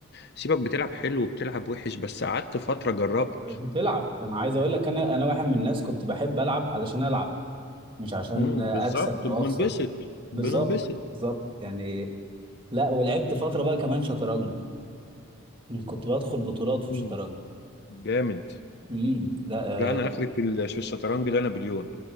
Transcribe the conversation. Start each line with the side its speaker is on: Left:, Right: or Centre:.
Left: سيبك بتلعب حلو وبتلعب وحش بس قعدت فترة جربت
Right: بتلعب انا عايز اقول لك انا انا واحد من الناس كنت بحب العب علشان العب مش عشان
Left: مم،
Right: اكسب
Left: بالظبط
Right: او
Left: بننبسط
Right: اخسر بالظبط
Left: بننبسط
Right: بالظبط يعني لا ولعبت فترة بقى كمان شطرنج مم، كنت بدخل بطولات
Left: مم،
Right: في الشطرنج
Left: جامد
Right: امم لا
Left: لا أنا
Right: آه
Left: آخري في ال- في الشطرنج ده نابليون